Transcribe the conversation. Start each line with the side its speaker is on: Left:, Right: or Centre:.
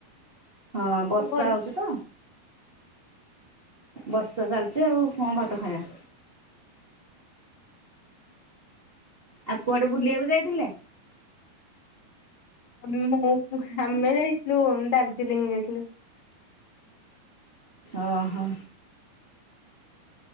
Right: ହଁ ବର୍ଷା
Left: ଘରେ
Right: ହୋଉଚି ତ। ବର୍ଷା ଚାଲିଚି ଆଉ କଣ ଭାତ ଖାଇବା? ଆଉ କୁଆଡେ ବୁଲିବାକୁ ଯାଇଥିଲେ?
Left: <unintelligible> ଆମେ ଯାଇଥିଲୁ ଦାର୍ଜିଲିଂ ଯାଇଥିଲୁ।
Right: ଓହୋ।